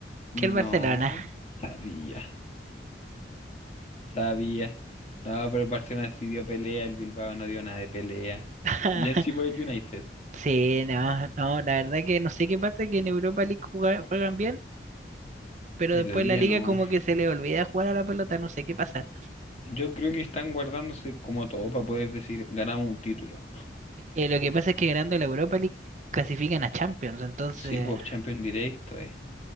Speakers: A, on the right; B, on the left.
A: que el Barcelona.
B: No, sabía, sabía. No, pero el Barcelona sí dio pelea, el Bilbao no dio nada de pelea.
A: <laughs>
B: Bien sí por el United.
A: Sí, no, no, la verdad que no sé qué pasa, que en Europa League juga- juegan bien, pero
B: En
A: después
B: la liga
A: la liga
B: no.
A: como que se le olvida jugar a la pelota, no sé qué pasa.
B: Yo creo que están guardándose como todo para poder decir ganamos un título.
A: Eh, lo que pasa es que ganando la Europa League clasifican a Champions, entonces
B: Sí, pues Champions directo, eh.